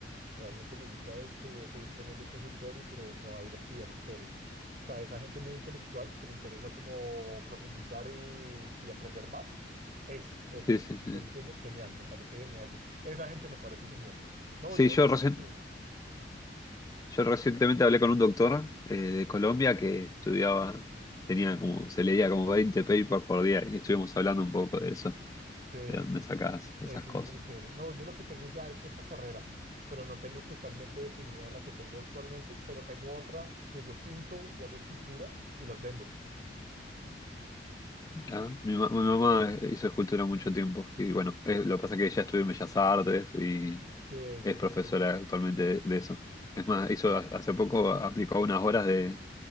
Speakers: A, on the right; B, on the left.
A: realmente me gusta esto, voy a seguir teniendo el consultorio, pero me voy a ir a estudiar historia. O sea, esa gente muy intelectual que le interesa como profundizar y, y aprender más, eso, eso
B: Sí,
A: es lo
B: sí,
A: que me
B: sí.
A: estás diciendo, genial, me parece genial. Esa gente me parece genial. No, yo
B: Sí,
A: voy
B: yo,
A: a...
B: recien-
A: Sí,
B: yo recientemente hablé con un doctor eh, de Colombia que estudiaba, tenía como, se leía como 20 papers por día y estuvimos hablando un poco de eso,
A: sí,
B: de dónde
A: sí.
B: sacás esas
A: Eso
B: cosas.
A: es muy chévere. No, yo lo que tengo ya es otra carrera, pero no tengo totalmente definida la que tengo actualmente, pero tengo otra que yo pinto y hago escultura y las vendo.
B: Mirá, Mi, ma- mi mamá hizo escultura mucho tiempo y bueno, eh, lo que pasa es que ella estudió en Bellas Artes y
A: Sí,
B: Es
A: sí,
B: profesora
A: sí, sí.
B: actualmente de, de eso. Es más, hizo ha- hace poco, aplicó unas horas de,